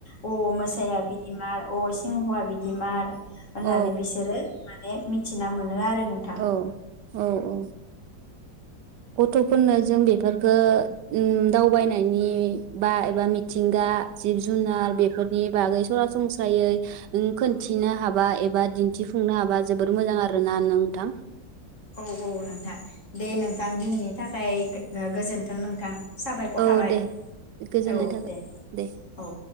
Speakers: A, on the left; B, on the right.
A: अ मोसाया बि मार अ सिंहवा बिदि मार होननानै
B: औ
A: बिसोरो मा मिथिना मोनो आरो नोंथां
B: औ औ औ गथ'फोरनो जों बेफोरफोरखौ उम दावबायनायनि बा एबा मिथिंगा जिब जुनार बेफोरनि बागै सरासनस्रायै खिन्थिनो हाबा एबा दिन्थिफुंनो हाबा जोबोर मोजां आरोना नोंथां
A: औ औ नोंथां दे नोंथां दिनैनि थाखाय फ्राय गोजोन्थों नोंथां साबायखर
B: औ
A: थाबाय
B: दे गोजोननाय
A: औ
B: थाबाय
A: दे
B: दे
A: औ